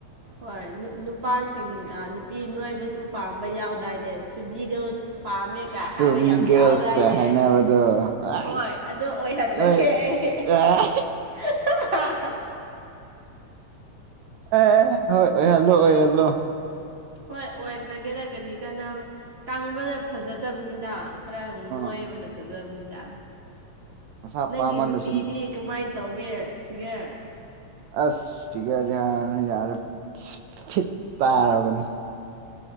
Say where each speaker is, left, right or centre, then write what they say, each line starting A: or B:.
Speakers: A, on the right; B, on the right.
A: ꯍꯣꯏ ꯅꯨꯄꯥꯁꯤꯡ ꯅꯨꯄꯤ ꯅꯣꯏꯕꯁꯨ ꯄꯥꯝꯕ ꯌꯥꯎꯗꯥꯏꯅꯦ ꯆꯨꯕꯤꯒ ꯄꯥꯝꯃꯦꯀ ꯍꯥꯏꯕ
B: ꯑꯒꯁ
A: ꯌꯥꯝ ꯌꯥꯎꯗꯥꯏꯅꯦ
B: ꯀ ꯍꯥꯏꯅꯕꯗꯣ ꯍꯥꯏ
A: ꯍꯣꯏ ꯑꯗꯨ ꯑꯣꯏꯍꯜꯂꯒꯦ
B: ꯅꯣꯏ
A: ꯑꯩ
B: ꯑꯦ
A: <inaudible>
B: ꯑꯦ ꯍꯣꯏ ꯑꯣꯏ ꯍꯜꯂꯣ ꯑꯣꯏ ꯍꯜꯂꯣ
A: ꯍꯣꯏ ꯑꯣꯏꯈ꯭ꯔꯒꯦꯗ ꯀꯔꯤ ꯀꯥꯟꯅꯕ ꯀꯪꯕꯗ ꯐꯖꯗꯕꯅꯤꯗ ꯈꯔ
B: ꯑꯥ
A: ꯅꯣꯏꯕꯅ ꯐꯖꯕꯅꯤꯗ
B: ꯃꯁꯥ
A: ꯅꯪꯒꯤ
B: ꯄꯥꯝꯃꯜꯂꯁꯨ
A: ꯅꯨꯄꯤꯗꯤ ꯀꯃꯥꯏꯅ ꯇꯧꯒꯦ ꯐꯤꯒꯦ
B: ꯑꯁ ꯐꯤꯒꯔ ꯌꯥꯔꯅꯤ ꯌꯥꯔꯦ ꯐꯤꯠ ꯇꯥꯔꯕꯅꯦ